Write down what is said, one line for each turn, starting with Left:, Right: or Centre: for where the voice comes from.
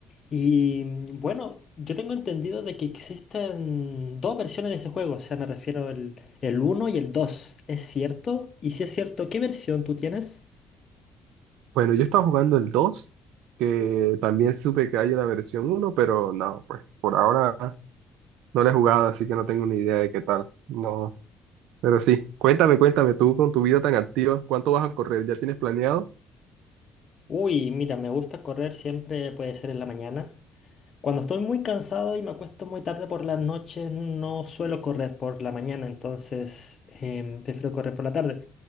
Left: Y mm, bueno, yo tengo entendido de que existen dos versiones de ese juego, o sea, me refiero al el uno y el dos ¿Es cierto? Y si es cierto, ¿qué versión tú tienes?
Right: Bueno, yo estaba jugando el 2 que también supe que hay una versión uno pero no, pues por ahora no la he jugado, así que no tengo ni idea de qué tal. No, pero sí, cuéntame, cuéntame tú con tu vida tan activa, ¿cuánto vas a correr? ¿Ya tienes planeado?
Left: Uy, mira, me gusta correr siempre, puede ser en la mañana. Cuando estoy muy cansado y me acuesto muy tarde por las noches, no suelo correr por la mañana, entonces em, prefiero correr por la tarde.